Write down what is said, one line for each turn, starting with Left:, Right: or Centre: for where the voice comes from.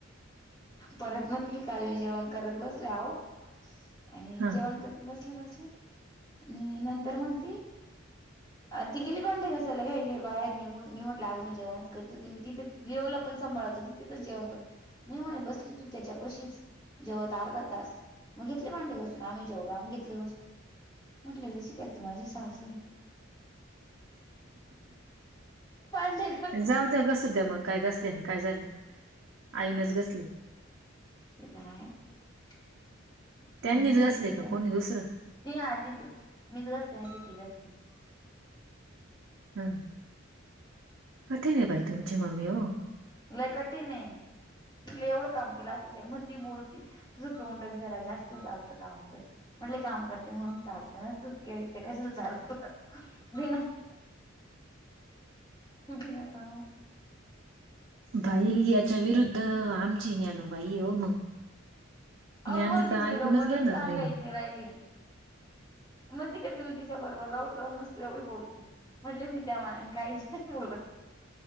Left: परत म्हटली काल मी जेवण करत बसले हो आणि
Right: हां.
Left: जेवण बसले बसले आणि नंतर म्हणती अ ती गेली भाडीडे घासायला काय का बाहेर निघून मी म्हटलं अग म जेणच करतो मी तथंच विओला पण सांभाळत हो तिथं जेवण कर नाही म्हणे बसली तू त्याच्या पशीच. जेवत अर्धा तास मग घेतले भांडे घसून आम्ही जेवलो आम्ही घेतले घसून म्हटले तशी काय तू माझी सासूवी भांडे घासून
Right: जाऊ द कसू द्या मग काय कसले नाही. काय झालं आईनच घसली.
Left: आहेड.
Right: त्यांनीच घसले का कोणी दुसरं
Left: ती ह तीच मीच घसते नाही ती घसती.
Right: ह कठीन आहे बाई तुमची मम्मी हो
Left: लाय कठीण आहे तुला एवढं काम केलं असत मग ती बोलती तुझं तोंडच जरा जास्त चालतं कामापेक्षा म्हटले काम करते म्हणून चालत नसतै ते कशा चालव घ नाही का
Right: बाई याच्या विरुद्ध आमची ज्ञानो बाई हो मग
Left: हो
Right: ज्ञान
Left: त बोल तिची
Right: तर ऐकूनच
Left: गंमतच
Right: घेणार
Left: सांगायची
Right: नाही
Left: राहिली महिती काय तु तिच्या बरोबर राहून राह नस एवढी बोलती म्हटले मी त्या काहीच नाही बोलत